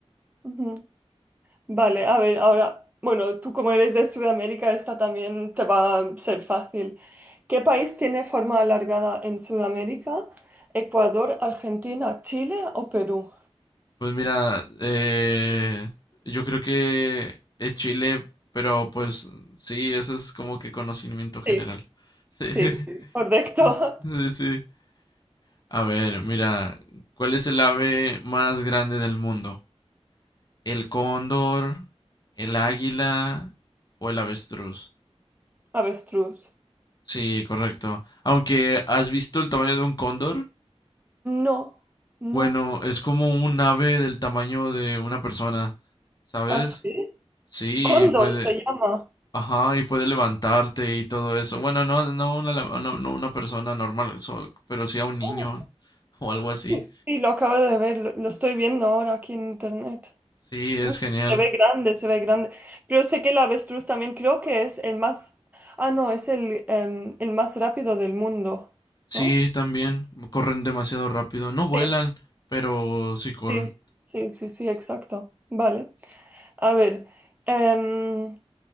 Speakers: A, on the right; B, on the left.
A: Ujú. Vale, a ver, ahora, bueno, tú como eres de Sudamérica, esta también te va a ser fácil. ¿Qué país tiene forma alargada en Sudamérica? ¿Ecuador, Argentina, Chile o Perú?
B: Pues mira, eh, yo creo que es Chile, pero pues sí, eso es como que conocimiento general.
A: Sí,
B: Sí,
A: sí,
B: <laughs>
A: sí, correcto.
B: sí, sí. A ver, mira, ¿cuál es el ave más grande del mundo? ¿El cóndor, el águila o el avestruz?
A: <laughs> Avestruz.
B: Sí, correcto. Aunque has visto el tamaño de un cóndor,
A: No, no.
B: bueno, es como un ave del tamaño de una persona, ¿sabes?
A: ¿Así? sí?
B: Sí,
A: Cóndor
B: puede.
A: se llama.
B: Ajá, y puede levantarte y todo eso. Bueno, no, no una, la- no, no una persona normal, so- pero sí a un niño
A: Oh,
B: o algo así.
A: sí, sí, lo acabo de ver, lo, lo estoy viendo ahora aquí en internet.
B: Sí, es
A: Uf,
B: genial.
A: se ve grande, se ve grande. Pero sé que el avestruz también creo que es el más, ah, no, es el, em, el más rápido del mundo,
B: Sí,
A: ¿no?
B: también. Corren demasiado rápido. No vuelan,
A: Sí,
B: pero sí corren.
A: sí, sí, sí, sí, exacto. Vale. A ver, em,